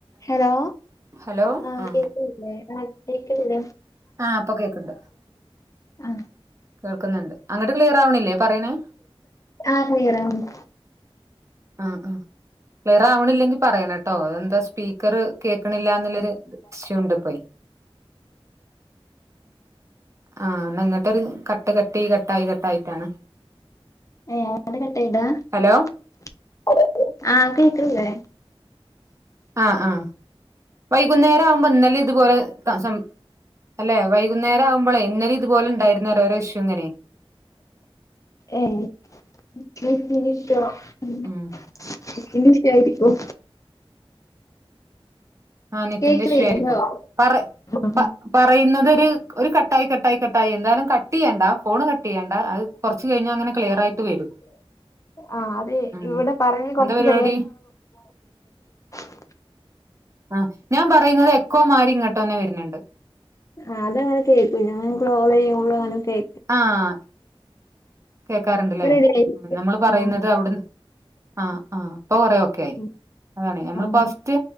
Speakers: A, on the left; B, on the right.
A: ഹലോ
B: ഹലോ
A: ആഹ്
B: ആ
A: കേക്കണില്ലേ ആഹ് കേക്കണില്ല
B: ആഹ് ഇപ്പൊ കേക്ക്ണ്ട്
A: ആഹ്
B: കേൾക്ക്ന്ന്ണ്ട് അങ്ങട്ട് ക്ലിയർ ആവണില്ലേ പറയണേ
A: ആഹ് ക്ലിയറാവുന്ന്
B: ആഹ് ആഹ് ക്ലിയർ ആവണില്ലെങ്കി പറയണെട്ടോ എന്താ സ്പീക്കറ് കേക്കണില്ല എന്നുള്ളൊരു ഇഷ്യൂ ഇണ്ട് ഇപ്പൊയി ആഹ് എന്നാ ഇങ്ങട്ടൊരു കട്ട് കട്ടീ കട്ടായി കട്ടായിറ്റാണ്
A: ഏഹ് <unintelligible> കട്ടെയ്താ
B: ഹലോ
A: <unintelligible> ആഹ് കേക്കണില്ലേ
B: ആഹ് ആഹ് വൈകുന്നേരം ആവുമ്പോ ഇന്നലേം ഇതുപോലെ ആഹ് സം അല്ലേ വൈകുന്നേരം ആവുമ്പളേ ഇന്നലേം ഇതു പോലെ ഉണ്ടായിരുന്ന്‌ ഓരോരോ ഇഷ്യൂ ഇങ്ങനെ
A: ഏഹ് നെറ്റ് വർക്കിന്റെ ഇഷ്യൂ നെറ്റിന്റെ
B: ഉം
A: ഇഷ്യൂ ആയിരിക്കും
B: ആഹ് നെറ്റിന്റെ
A: കേക്ക്ണില്ലല്ലോ
B: ഇഷ്യൂവായിരിക്കും പറേ
A: ആ
B: പ പറയുന്നത് ഒരു ഒരു കട്ടായി കട്ടായി കട്ടായി എന്തായാലും കട്ട് ചെയ്യണ്ട ഫോണ് ക ട്ടെയ്യണ്ട അത് കൊറച്ച് കഴിഞ്ഞാ അങ്ങനെ ക്ലിയറായിട്ട് വരും
A: ആഹ് അതെ
B: ഉം
A: ഇവിടെ പറഞ്ഞേ കൊറച്ച്
B: എന്താ പരിപാടി
A: <unintelligible>
B: ആഹ് ഞാൻ പറയുന്നത് എക്കോ മാരി ഇങ്ങൊട്ട് തന്നെ വര്ണ് ണ്ട്
A: ആഹ് അതങ്ങനെ കേക്കും ഞാനും ക്ലോള് ചെയ്യ്മ്പൊള് അങ്ങനെ കേ
B: ആഹ് കേക്കാറുണ്ടല്ലേ
A: ഇപ്പ റെഡിയായി
B: നമ്മള് പറയുന്നത്
A: ആ
B: അവിടുൻ ആഹ് ആഹ് ഇപ്പൊ പറയോ ക്കെ
A: ആ
B: അതാണ് നമ്മള്
A: ആഹ്
B: ഫസ്റ്റ്